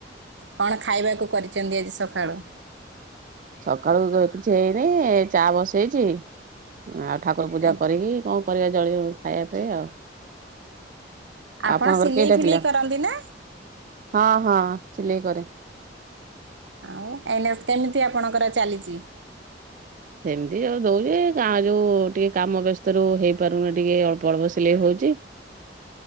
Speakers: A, on the right; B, on the right.
A: କଣ ଖାଇବାକୁ କରିଛନ୍ତି ଆଜି ସକାଳୁ?
B: ସକାଳୁ କିଛି ହେଇନି ଚା ବସେଇଛି ଆଉ ଠାକୁର ପୂଜା
A: ଆଜ୍ଞା
B: କରିକି କଣ କରିବା ଜଳ ଖାଇବା ପାଇଁ ଆଉ।
A: ଆପଣ
B: ଆପଣଙ୍କର
A: ସିଲେଇ
B: କେଇଟା
A: ଫିଲେଇ
B: ପିଲା
A: କରନ୍ତି ନା
B: ହଁ ହଁ ସିଲେଇ କରେ।
A: ଆଉ ଏ କେମିତି ଆପଣଙ୍କର ଚାଲିଛି?
B: ସେମିତି ଯେଉ ଦଉଛି ଗାଁ ଯେଉଁ ଟିକେ କାମ ବ୍ୟସ୍ତରୁ ହେଇପାରୁନି ଟିକେ ଅଳ୍ପ ଅଳ୍ପ ସିଲେଇ ହୋଉଛି।